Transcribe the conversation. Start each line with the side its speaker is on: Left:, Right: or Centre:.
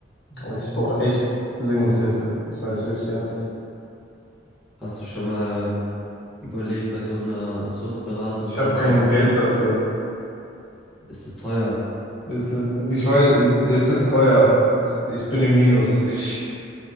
Left: Und ich brauche echt dringend Hilfe. Ich meine es wirklich ernst.
Centre: Hast du schon mal überlegt, bei so einer Suchtberatungshilfe
Left: Ich habe kein
Centre: anzu?
Left: Geld dafür.
Centre: Ist es teuer?
Left: Es ist, ich weiß, es ist teuer und ich bin im Minus. Ich,